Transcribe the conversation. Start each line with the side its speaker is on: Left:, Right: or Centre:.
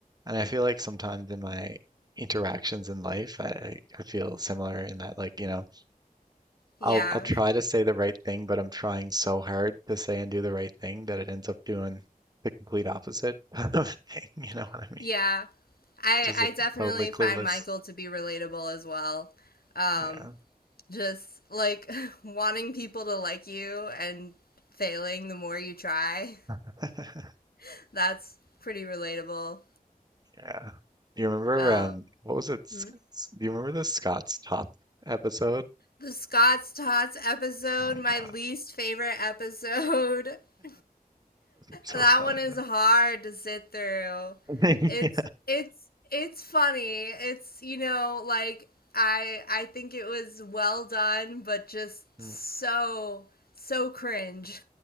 Right: And I feel like sometimes in my interactions in life, I, I I feel similar in that like, you know,
Left: yeah,
Right: I'll I'll try to say the right thing, but I'm trying so hard to say and do the right thing that it ends up doing the complete opposite <laughs> of the thing, you know
Left: <laughs>
Right: what I mean?
Left: yeah. I
Right: Just
Left: I
Right: a
Left: definitely
Right: totally clueless.
Left: find Michael to be relatable as well. Um,
Right: Yeah.
Left: just like <laughs> wanting people to like you and failing the more you try.
Right: <laughs>
Left: <laughs> That's pretty relatable.
Right: Yeah. You remember
Left: Um,
Right: um what was it? Sc-
Left: hmm?
Right: s- Do you remember the Scott's Top episode?
Left: the Scott's Tots episode,
Right: Oh my
Left: my
Right: God.
Left: least favorite episode. <laughs>
Right: So
Left: That
Right: funny
Left: one is hard to sit through.
Right: that.
Left: It's
Right: <laughs> Yeah.
Left: it's it's funny. It's you know like I I think it was well done, but just so
Right: Mm.
Left: so cringe,